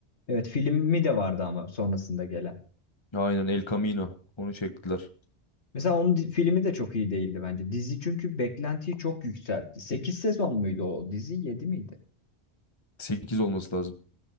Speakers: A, on the left (about 80°); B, on the left (about 25°).
A: Evet filmi de vardı ama sonrasında gelen.
B: Aynen El Camino. Onu çektiler.
A: Mesela onun di- filmi de çok iyi değildi bence. Dizi çünkü beklentiyi çok yükseltti. 8 sezon muydu o dizi? 7 miydi?
B: 8 olması lazım.